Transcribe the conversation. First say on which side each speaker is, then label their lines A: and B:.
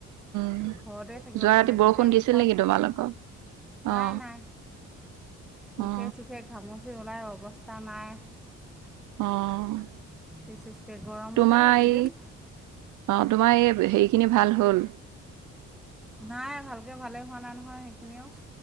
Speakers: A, on the right; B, in the centre.
A: উম,
B: ঘৰতে থাকিব
A: যোৱা
B: পৰা
A: ৰাতি
B: নাই
A: বৰষুণ
B: গোটেই
A: দিছিল
B: মুখত
A: নেকি তোমালোকৰ,
B: নাই
A: অ,
B: নাই মুখে
A: অ
B: চুখে ঘামচি ওলাই অৱস্থা নাই।
A: অ',
B: বিশেষকে গৰমতে
A: তোমাৰ
B: এইকেইদিন
A: এই অ তোমাৰ এই, হেৰিখিনি ভাল হ'ল?
B: নাই ভালকে ভালেই হোৱা নাই নহয় সেইখিনিও।